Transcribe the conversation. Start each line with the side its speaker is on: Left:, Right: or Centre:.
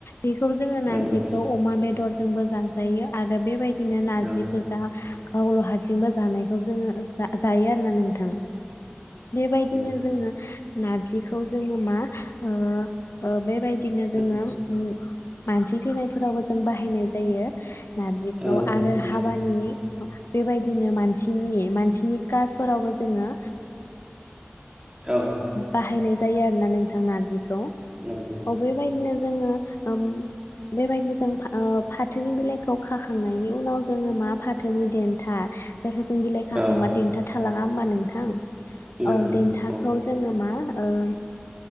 Left: बेखौ जोङो नारजिखौ
Right: नंगौ
Left: अमा बेदर जोंबो जाजायो आरो बेबायदि बिदिनो नारजि
Right: औ
Left: गोजा गावल' हारसिंबो जानायखौ जोङो जायो आरोना नोंथां बेबायदिनो
Right: नंगौ
Left: जोङो नारजिखौ <inaudible> जोङो मा ओ ओ बेबादि बिदिनो
Right: थारैनो
Left: जोङो मानसि थैनायफोरावबो जों बाहायनाय जायो नारजिखौ
Right: ओ ओ
Left: आरो
Right: नंगौ
Left: हाबानि बेबायदिनो मानसिनि मानसिनि कासफोरावबो जोङो
Right: औ
Left: बाहायनाय जायो आरोना नोंथां नारजि खौ
Right: नंगौ
Left: अ बेबायदिनो जोङो ओम बेबायदि जों फा-फाथोनि बिलाइखौ खाखांनायनि उनाव जोङो मा फाथोनि देन्था जायखौ जों बिलाइ खाखांबा
Right: औ
Left: देन्था थालाङा होमबा नोंथां?
Right: नंगौ
Left: औ देन्थाखौ
Right: औ
Left: जोङो मा ओं